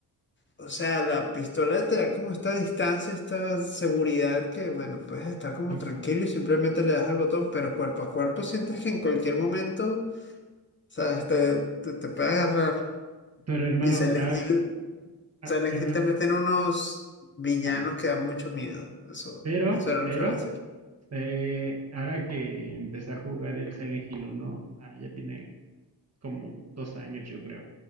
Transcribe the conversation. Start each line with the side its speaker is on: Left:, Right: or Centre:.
Left: O sea, la pistola te da como esta distancia, esta seguridad que, bueno, puedes estar como
Right: P-
Left: tranquilo y simplemente le das al botón, pero cuerpo a cuerpo sientes que en cualquier momento, sabes, te, te, te puede agarrar.
Right: Pero hermano,
Left: Y Silent
Right: ah,
Left: Hill,
Right: ah,
Left: Silent
Right: hermano,
Left: Hill también tiene unos villanos
Right: ajá.
Left: que dan mucho miedo. Eso,
Right: Pero,
Left: eso era lo
Right: pero,
Left: que iba a decir.
Right: Eh, ahora que empecé a jugar el Silent Hill 1, ah, ya tiene como dos años, yo creo